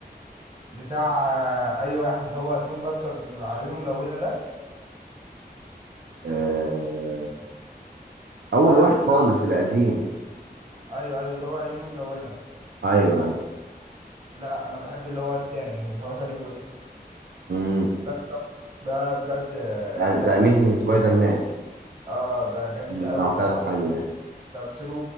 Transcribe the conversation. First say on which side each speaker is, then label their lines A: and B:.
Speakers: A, on the right; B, on the right.
A: بتاع آه، اي واحد اللي هو توم باركر اللي عيونه ملونه ده
B: أه اول
A: ولا
B: واحد
A: اللي
B: خالص
A: بعد
B: القديم
A: ايوه ايوه اللي هو عيونه ملونه
B: ايوه ايوه
A: لا انا بحب اللي هو التاني اللي هو تاني جزء
B: مم.
A: تاني شخص ده بجد آه،
B: ذا
A: بجد
B: اميزنج
A: ح-
B: سبايدر مان
A: اه ده جميل
B: مم،
A: قوي
B: هو فعلا
A: بجد
B: حلو يعني
A: تمثيله